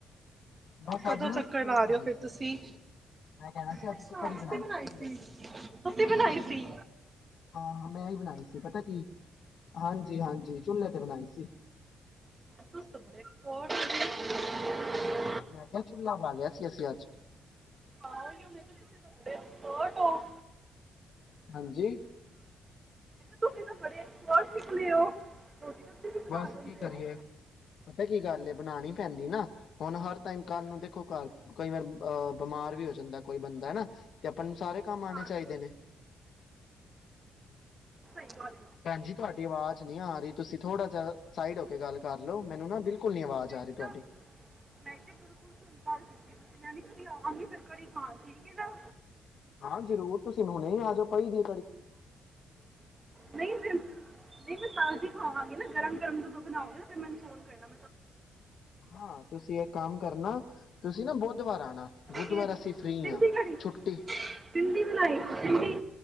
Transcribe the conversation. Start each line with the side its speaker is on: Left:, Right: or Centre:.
Left: ਬਸ
Right: ਕਦੋਂ
Left: ਅੱਜ ਨਾ
Right: ਚੱਕਰ
Left: ਅਸੀਂ ਕੜੀ
Right: ਲਾ
Left: ਬਣਾਈ
Right: ਰਹੇ ਹੋ ਫਿਰ
Left: ਸੀ
Right: ਤੁਸੀਂ
Left: ਮੈਂ ਕਹਿਣਾ ਸੀ ਅੱਜ
Right: ਅੱਛਾ
Left: ਕੜੀ
Right: ਤੁਸੀਂ
Left: ਬਣਾਈ ਚੁੱਲੇ
Right: ਸੀ
Left: ਤੇ
Right: ਤੁਸੀਂ
Left: ਨਹੀਂ
Right: ਬਣਾਈ
Left: ਨਹੀਂ ਚੁੱਲੇ
Right: ਸੀ
Left: ਤੇ ਹਾਂ ਹਾਂ ਮੈਂ ਬਨਾਈ ਸੀ ਚੁੱਲੇ ਤੇ ਬਣਾਈ ਪਤਾ ਕੀ ਪਤਾ ਕੀ ਹਾਂਜੀ ਜੀ ਹਾਂਜੀ ਹਾਂਜੀ ਚੁੱਲੇ ਤੇ ਬਣਾਈ ਸੀ
Right: ਤੁਸੀ ਤਾ ਬੜੇ ਕੋਡ ਨਿਕਲੇ
Left: ਮੈਂ ਕਿਹਾ ਚੁੱਲਾ ਬਾਲਿਆ ਸੀ ਅਸੀਂ ਅੱਜ
Right: ਆਹੋ ਮੈ ਕਿਹਾ ਤੁਸੀ ਤਾ ਬੜੇ ਐਕਸਪਟ ਹੋ
Left: ਹਾਂਜੀ
Right: ਤੁਸੀ ਤਾਂ ਬੜੇ ਐਕਸਪਟ <unintelligible> ਹੋ ਰੋਟੀ ਸਬਜ਼ੀ ਵੀ ਬਣਾ
Left: ਬਸ
Right: ਲੈਂਦੇ
Left: ਕੀ ਕਰੀਏ
Right: ਹੋ
Left: ਪਤਾ ਕੀ ਕੀ ਗੱਲ ਬਣਾਉਣੀ ਪੈਂਦੀ ਨਾ ਹੁਣ ਹਰ ਟਾਈਮ ਕੱਲ੍ਹ ਨੂੰ ਦੇਖੋ ਘਰ ਕਈ ਵਾਰ ਅਹ ਬਿਮਾਰ ਵੀ ਹੋ ਜਾਂਦਾ ਕੋਈ ਬੰਦਾ ਹਨਾ ਤੇ ਆਪਾਂ ਨੂੰ ਸਾਰੇ ਕੰਮ ਆਣੇ
Right: ਹਾਂਜੀ
Left: ਚਾਹੀਦੇ ਨੇ
Right: ਤੁਹਾਨੂੰ
Left: ਭੈਣਜੀ ਤੁਹਾਡੀ ਆਵਾਜ਼ ਨਹੀਂ ਆ ਰਹੀ ਤੁਸੀਂ ਥੋੜ੍ਹਾ ਜਿਹਾ ਸਾਈਡ ਹੋ ਕੇ ਗੱਲ ਕਰਲੋ ਮੈਨੂੰ ਨਾ ਬਿਲਕੁਲ ਨੀ ਆਵਾਜ਼
Right: ਮੈਂ
Left: ਆ
Right: ਕਿਹਾ
Left: ਰਹੀ ਤੁਹਾਡੀ
Right: ਮੈਂ ਕਿਹਾ ਬਿਲਕੁਲ ਮੈਂ ਵੀ ਕਦੀ ਆਵਾਂਗੀ ਫੇਰ ਕੜੀ ਖਾਣ ਠੀਕ ਹੈ ਨਾ
Left: ਹਾਂ ਜਰੂਰ, ਤੁਸੀਂ ਹੁਣੇ ਹੀ ਆਜਾਓ ਭਾਈ ਜੀ
Right: ਨਹੀਂ ਫਿਰ ਨਹੀਂ ਮੈਂ ਤਾਜ਼ੀ ਖਾਵਾਂਗੀ ਨਾ ਗਰਮ ਗਰਮ ਜਦੋਂ ਬਣਾਓਗੇ ਫਿਰ ਮੈਨੂੰ ਫੋਨ ਕਰਨਾ
Left: ਹਾਂ ਤੁਸੀਂ ਇੱਕ ਕੰਮ ਕਰਨਾ ਤੁਸੀਂ ਨਾ ਬੁੱਧਵਾਰ ਆਉਣਾ ਬੁੱਧਵਾਰ
Right: ਕਿਹੜੀ
Left: ਅਸੀਂ ਫ੍ਰੀ
Right: ਸਿੰਧੀ
Left: ਆਂ
Right: ਕੜੀ
Left: ਛੁੱਟੀ
Right: ਸਿੰਧੀ ਬਣਾਈ ਸੀ ਸਿੰਧੀ